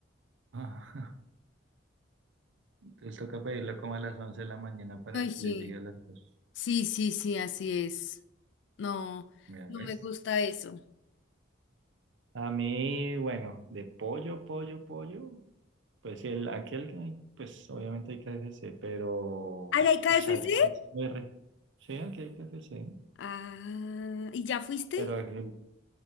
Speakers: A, on the right; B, on the left.
A: Ah, <laughs> entonces toca pedirlo como a las 11 de la mañana para
B: Ay, sí.
A: que le llegue a las dos
B: Sí, sí, sí, así es. No,
A: Mira,
B: no
A: ¿ves?
B: me gusta eso.
A: A mí, bueno, de pollo, pollo, pollo, pues el, aquel que hay, pues obviamente hay KFC, pero,
B: ¿Allá hay KFC?
A: uy, salsa, es muy rica. sí, aquí hay KFC.
B: Ah, ¿y ya fuiste?
A: Pero el